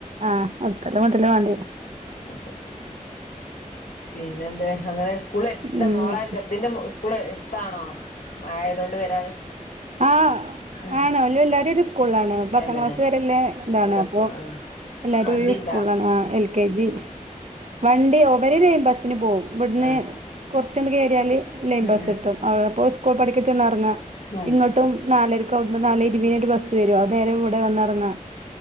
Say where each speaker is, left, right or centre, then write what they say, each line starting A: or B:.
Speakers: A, on the right (about 55°); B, on the left (about 80°).
A: ആഹ് അടുത്തല്ല മുതലേ വേണ്ടി
B: അയിശെരി പിന്നെ എന്താ അങ്ങനെ സ്കൂളെ എത്ത
A: ഉം
B: മോളെ ചെറുതിന്റെ മു സ്കൂളെ എടുത്താണോ മയായതോണ്ട് വരാന്
A: ആഹ്
B: ഉം
A: ആണോ ഓലു എല്ലാരും ഒരു സ്കൂളാണ് പത്താം
B: അല്ലേ
A: ക്ലാസ് വരെല്ല ഇതാണ്
B: എല്ലാ
A: അപ്പൊ
B: സ്കൂൾ ആ
A: എല്ലാരും
B: വണ്ടിണ്ടാ
A: ഒരേ സ്കൂളാണ് എൽ കെ ജി വണ്ടി ഇവര് ലൈൻ ബസ്സിന് പോവും ഇവിടുന്ന്
B: ആ
A: കുറച്ചണ്ട് കേറിയാല് ലൈം
B: ഉം
A: പസ് കിട്ടും അവിടെപ്പോൾ സ്കൂൾ പഠിക്ക ചെന്ന് ഇറങ്ങാം
B: ഉം
A: എട്ടും നാലരക്കവ്ട്ന്ന് നാലേ ഇരുവെയ്നൊരു ബസ്സ് വരും അത് നേര ഇവിടെ വന്ന് എറങ്ങ